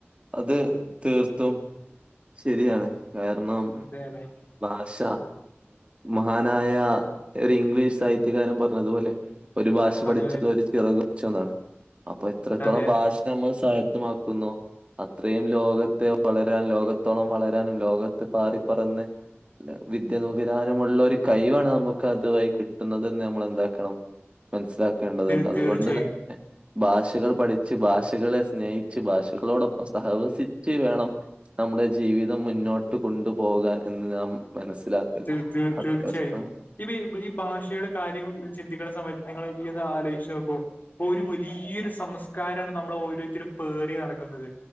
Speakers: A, on the right; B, on the left.
A: അത് തീർത്തും ശരിയാണ്. കാര്ണം
B: അതെതേ
A: ഭാഷ മഹാനായ ഒരു ഇംഗ്ലീഷ് സാഹിത്യകാരൻ പറഞ്ഞതുപോലെ ഒരു ഭാഷ പഠിച്ചാലും
B: അതെ
A: ഒരു ചിറക് വെച്ചൂന്നാണ് അപ്പൊ എത്രത്തോളം
B: അതെ അതെ
A: ഭാഷ നമ്മൾ സാഹിത്യമാക്കുന്നോ അത്രയും ലോകത്തെ വളരാൻ ലോകത്തോളം വളരാനും ലോകത്ത് പാറിപ്പറന്ന് വിദ്യ നുകരാനുമുള്ള ഒരു കയ്വാണ് നമുക്ക് അതു വഴി കിട്ടുന്നതെന്ന് നമ്മളെന്താക്കണം മൻസ്സിലാക്കേണ്ടതുണ്ട്
B: അതെ
A: അതുകൊണ്ട്
B: തീർച്ചയായും
A: തന്നെ ഭാഷകൾ പഠിച്ച് ഭാഷകളെ സ്നേഹിച്ച് ഭാഷകളോടൊപ്പം സഹവസിച്ച് വേണം നമ്മുടെ ജീവിതം മുന്നോട്ട് കൊണ്ടു പോകാൻ എന്ന് നാം മനസ്സിലാക്കൽ
B: തീ തീ തീർച്ചായും
A: അത്യാവശ്യം
B: ഇ ഈ ഭാഷയുടെ കാര്യങ്ങൾ ഫുൾ ചിന്തിക്ക്ണ സമയത്ത് നിങ്ങൾ ഈ ഒന്ന് ആലോയ്ച്ചോക്കു. ഒരു വലിയൊരു സംസ്കാരാണ് നമ്മള് ഓരോരുത്തരും പേറി നടക്കുന്നത്.